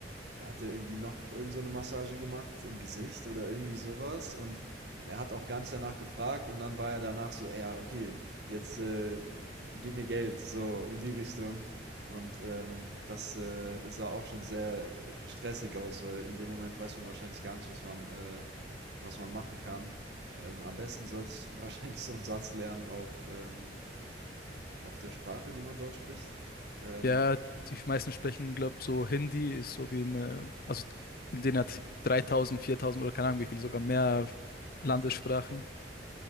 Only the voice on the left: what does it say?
Ja, die meisten sprechen, glaube ich, so Hindi ist so wie eine, also in denen hat 3000, 4000 oder keine Ahnung wie viel, sogar mehr Landessprachen.